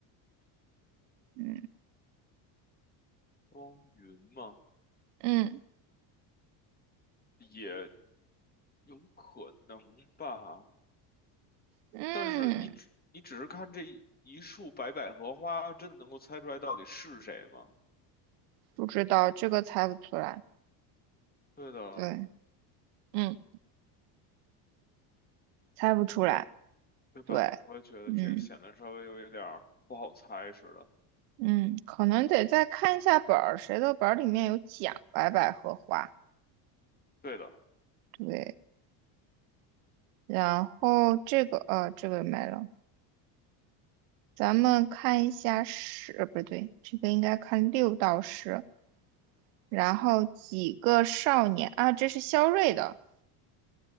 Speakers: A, on the right; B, on the left.
A: 嗯
B: 汪云嘛，
A: 嗯
B: 也有可能吧。
A: 嗯，
B: 但是你只你只是看这一一束白百合花，真的能够猜出来到底是谁吗？
A: 不知道，这个猜不出来。
B: 对的。
A: 对，嗯，猜不出来。
B: 对吧？
A: 对，
B: 我也觉得这个显得稍微有一点儿不好猜似的。
A: 嗯。嗯，可能得再看一下本儿，谁的本儿里面有讲白百合花，
B: 对的，
A: 对，然后这个呃这个没了，咱们看一下十，呃不对，这个应该看六到十，然后几个少年啊，这是肖瑞的，